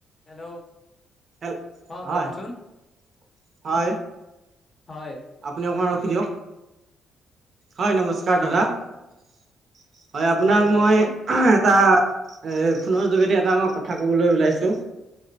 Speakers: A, on the left; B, on the right.
A: Hello
B: hello
A: অ'
B: হয়-হয়।
A: কওকচোন হয়।
B: আপুনি অকণমান ৰখি দিয়ক, হয় নমস্কাৰ
A: হয়
B: দাদা। হয় আপোনাক
A: হয় কওকচোন
B: মই। এটা এ ফোনৰ যোগেদি এটা মই কথা কবলে ওলাইছো।